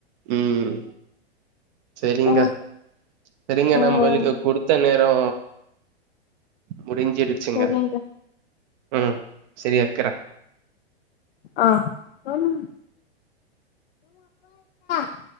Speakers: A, on the right; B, on the left.
A: ம் செரிங்க
B: ம்
A: செரிங்க
B: ம்
A: நம்பள்கு குடுத்த நே ரோ முடிஞ்சிரு ச்சுங்க
B: சரிங்க
A: ம் சரி வெக்கிரே
B: ஆ அம் <unintelligible>